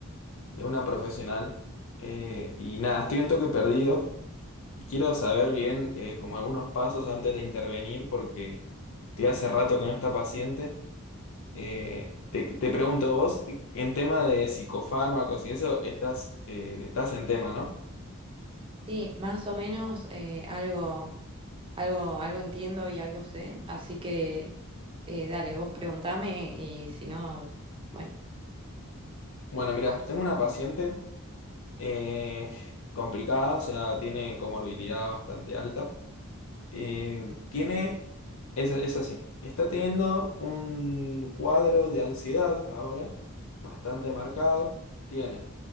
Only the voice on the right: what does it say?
Sí, más o menos eh, algo, algo, algo entiendo y algo sé, así que eh, dale, vos preguntame y si no, bueno.